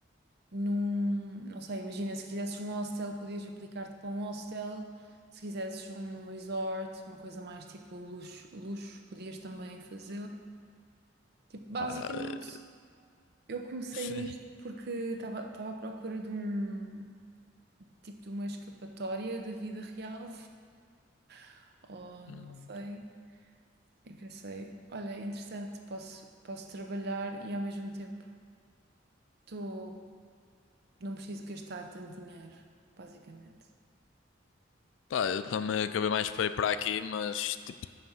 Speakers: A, on the right; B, on the left.
A: num. Não sei, imagina, se quisesses um hostel, podias aplicar-te para um hostel. Se quisesses um resort, uma coisa mais tipo luxo, luxo podias também fazê-lo. Tipo, basicamente,
B: Ah,
A: eu comecei
B: sim.
A: nisto porque estava estava à procura de um tipo de uma escapatória da vida real, <laughs> ou não
B: Hum.
A: sei. E pensei, olha, é interessante, posso, posso trabalhar e ao mesmo tempo tô, não preciso gastar tanto dinheiro, basicamente.
B: Pá, eu também acabei mais para ir para aqui, mas tipo,